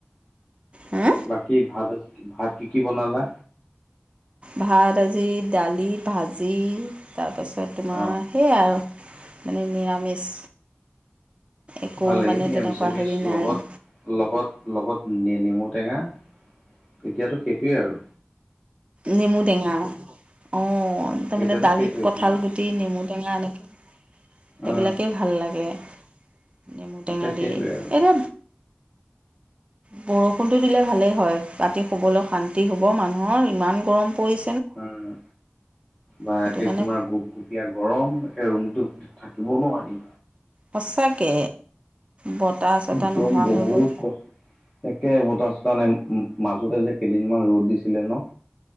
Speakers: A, on the right; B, on the left.
A: হা
B: বাকী ভাত আজি, ভাত কি কি বনালা?
A: ভাত আজি দালি, ভাজি তাপাছত তোমাৰ
B: অ
A: সেইয়া আৰু মানে নিৰামিষ। একো
B: ভালেই
A: মানে
B: নিৰামিষে
A: তেনেকুৱা
B: ভেজ
A: হেৰি নাই।
B: লগত লগত লগত নে নেমু টেঙা, এতিয়াতো সেটোৱে আৰু
A: নেমু টেঙা, অ' তামানে
B: এতিয়াতো
A: দালিত
B: সেইটোৱে
A: কঁঠাল
B: তোমাৰ
A: গুট টি নেমু টেঙা, এনেকে সেইবিলাকেই
B: উম
A: ভাল লাগে। নেমু টেঙা
B: এতিয়া সেইটোৱে
A: দি।
B: আৰু
A: এদে বৰষুণটো দিলে ভালেই হয়। ৰাতি শুবলৈ শান্তি হ'ব মানুহৰ, ইমান গৰম পৰি
B: উম, বা
A: সেইটো
B: আকিৰ
A: কাৰণে
B: তোমাৰ গোপ গোপ কিয়া গৰম, একে ৰুমটোত থাকিব নোৱাৰি।
A: সঁচাকে, বতাহ চতাহ
B: একদম
A: নোহোৱা
B: বহুত
A: হৈ গ'ল।
B: কষ্ট একে বতাহ চতাহ নাই, ও মাজতে যে কেইদিনমান ৰ'দ দিছিলে ন'